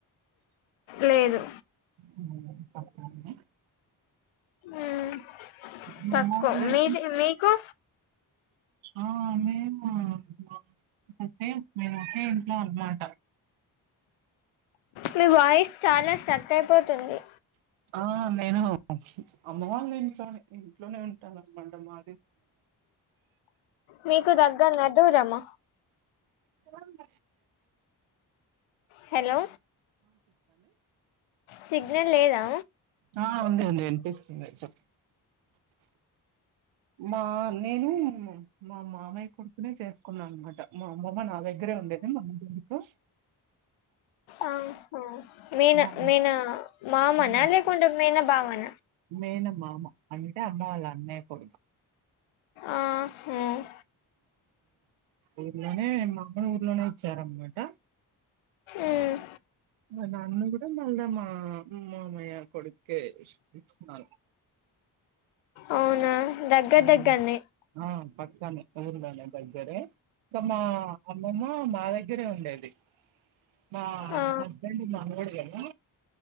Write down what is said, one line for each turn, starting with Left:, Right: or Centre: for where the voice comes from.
Left: లేదు.
Right: ఉమ్ <unintelligible> అండి.
Left: ఉమ్.
Right: మీ
Left: తక్కువ
Right: అమ్మమ్మ వాళ్ళ
Left: మీది మీకు.
Right: ఆహ్ మేము మాకైతే మేము ఒకే ఇంట్లో అనమాట.
Left: మీ వాయిస్ చాలా స్టక్ అయిపోతుంది.
Right: ఆహ్ నేను అమ్మ వాళ్ళ ఇంట్లోనే ఇంట్లోనే ఉంటాను అనమాట మా.
Left: మీకు దగ్గరనా దూరమా.
Right: ఉమ్.
Left: హలో సిగ్నల్ లేదా.
Right: ఆహ్ ఉంది ఉంది అనిపిస్తుంది చెప్పు. మా నేను మా మామయ్య కొడుకు. చేసుకున్నా అనమాట మా అమ్మమ్మ నా దగ్గరే ఉండేది మా అమేకు.
Left: ఆహ్ ఆహా. మేనా
Right: మా
Left: మేనా మామానా
Right: మా
Left: లేకుంటే మేనా బావన.
Right: మేనమామ అంటే అమ్మ వాళ్ళ అన్నయ్య కొడుకు.
Left: ఆహ్ హ్.
Right: ఊర్లోనే మా అమ్మని ఊర్లోనే ఇచ్చారన్నమాట.
Left: ఉమ్
Right: మా నాన్నను కూడా మల్ల మా మామయ్యకు. కొడుకే ఇస్తున్నారు.
Left: అవునా దగ్గర
Right: ఉమ్
Left: దగ్గరనే
Right: ఆహ్ పక్కానే. అవును మా దగ్గరే ఇక మా అమ్మమ్మ మా దగ్గరే ఉండేది. మా
Left: ఆ
Right: హస్బెండ్ మనవడే కదా.